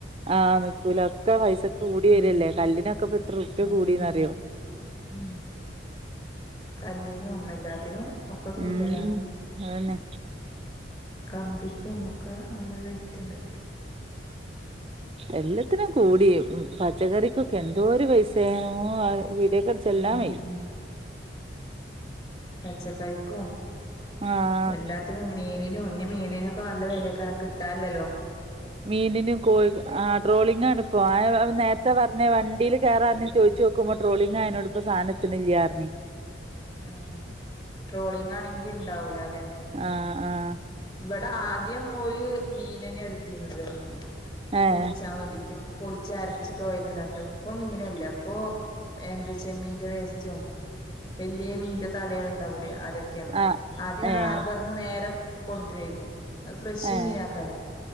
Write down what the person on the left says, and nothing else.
ഉം
ഉം
ഉം. കല്ലിനും എല്ലാത്തിനും. ഒക്കെ കൂടുതലാ
കമ്പിക്കും ഒക്കെ നല്ല റേറ്റ് ഇണ്ട്.
ഉം
പച്ചക്കറിക്കും
എല്ലാ മീനിനും ഇഞ് മീനിനോക്കെ നല്ലെ വെലക്കാരം കിട്ടാല്ലല്ലോ.
ആഹ് ട്രോളിംങ്ങാണെങ്കി ഇ ണ്ടാവൂലലെ.
ഇവടെ ആദ്യം ഒരു മീനന്നെ എടുത്തിന്നത്
പുടിച്ചാൻ വേണ്ടിട്ടും. പൊടിച്ച് അരച്ചിട്ട് ഓയിൽ ഇ ണ്ടാക്കാ ഇപ്പൊ മീനല്ല ഇപ്പൊ. എന്ത്‌ ചമ്മീന്റെ വേസ്റ്റവും വലിയ മീന്റെ തലകൾ ഉണ്ടാവൂലേ അതൊക്ക
ആദ്യം
ഹാർബറിന്ന് നേരെ കൊണ്ട്രരുന്നു. അയ് ഫ്രഷ്
മീനക്കാരം.